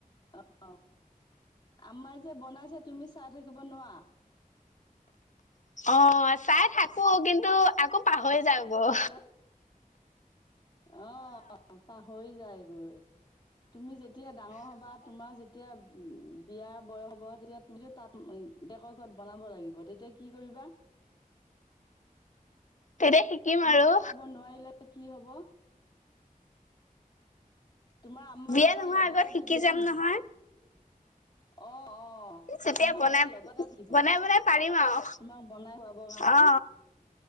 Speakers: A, on the left; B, on the left.
A: অঁ আমাই যে বনাইছে তুমি চাই থাকিব নোৱাৰা।
B: অ, চাই থাকো কিন্তু আকৌ পাহৰি যাও গৈ।
A: হেল্ল' অ পাহৰি যায় গৈ, তুমি যেতি যেতিয়া ডাঙৰ হ'বা তোমাৰ যেতিয়া উম, বিয়া বয়স হব তেতিয়া তুমিতো তাত ডেকৰ ঘৰত বনাব লাগিব, তেতিয়া কি কৰিবা?
B: তেতিয়া শিকিম
A: তুমি
B: আৰু।
A: বনাব নোৱাৰিলে কি হ'ব। তোমাৰ আম্মা
B: বিয়া
A: সদায়
B: নোহোৱাৰ
A: লগতে
B: আগত শিকি
A: থাকিব
B: যাম
A: নেকি
B: নহয়
A: অ' অ। অ
B: তেতিয়া
A: আমা
B: বনাই
A: সদায় লগতে থাকিব
B: বনাই বনাই পাৰিম আৰু
A: তোমাক বনাই খুৱাব কাৰণে।
B: অ